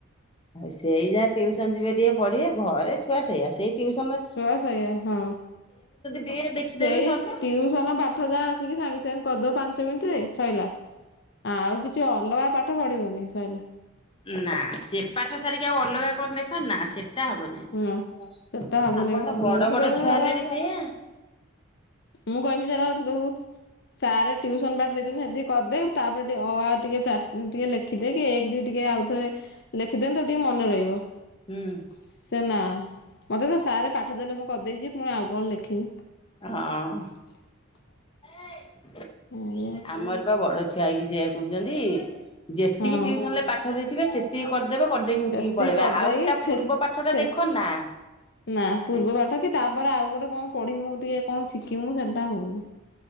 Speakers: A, on the left; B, on the left.
A: ସେଇ ଯାହା ଟିଉସନ ଯିବେ ଟିକେ ପଢିବେ। ଘରେ ଛୁଆ ସେଇଆ। ସେଇ ଟିଉସନରେ
B: ଶୁଆ ସେଇଆ ହଁ।
A: ଟିକେ ଦେଖିଦେବେ
B: ସେଇ
A: ସଇଲା ହଁ।
B: ଟିଉସନ ପାଠ ଯା ଆସିକି ସାଙ୍ଗ ସେ କରିଦବ ପାଞ୍ଚ ମିନିଟ ରେ ସଇଲା। ଆଉ କିଛି ଅଲଗା ପାଠ ପଢିବନି ସଇଲା।
A: ନା ସେ ପାଠ ସାରିକି ଆଉ ଅଲଗା କଣ ଦେଖ ନା। ସେ ଟା ହବନାଇଁ।
B: ହଁ ସେଟା ହବନି
A: ଆମର
B: ବା
A: ତ ବଡ
B: ତୁ
A: ବଡ
B: କହିବୁ
A: ଛୁଆ
B: ଧର
A: ହେଲେଣି ସେଇଆ।
B: ମୁଁ କହିବି ତର ତୁ ସାର୍ ଟିଉସନ ପାଠ ଦେଇଛନ୍ତି। ସେତି କରିଦେଉ ତାପରେ ଟିକେ ଅ ଆ ଟିକେ ଟିକେ ଲେଖିଦେଇକି ଏକ ଦୁଇ ଟିକେ ଆଉଥରେ ଲେଖି ଦିଅନ୍ତୁ ତ ଟିକେ ମନେ ରହିବ।
A: ହୁଁ
B: ସେ ନା ମତେ ତ ସାରେ ପାଠ ଦେଲେ ମୁଁ କରିଦେଇଛି ପୁଣି ଆଉ କଣ ଲେଖିବି।
A: ହଁ।
B: <inaudible>
A: ଏ।
B: ହଁ।
A: ଆମର ପା ବଡ ଛୁଆଇ କିି ସେଇଆ କହୁଛନ୍ତି। ଯେତିକି
B: ହଁ
A: ଟିଉସନରେ ପାଠ ଦେଇ ଥିବେ ସେତିକି କରିଦେବ। କରିଦେଇକି ଉଠିକି
B: ସେତିକି
A: ପଳେଇବା।
B: କରିଦେଇକି
A: ଆଉ ତା ପୂର୍ବ
B: ସେ
A: ପାଠ ଟା
B: ସେ
A: ଦେଖ ନା।
B: ନା ପୂର୍ବ
A: ଦେ
B: ପାଠ କି ତା ପାଇଁ ପରେ ଆଉ ଗୋଟେ କଣ ପଢିବୁ ଟିକିଏ କଣ ଶିଖିବୁ ସେଇଟା ହେଉନି।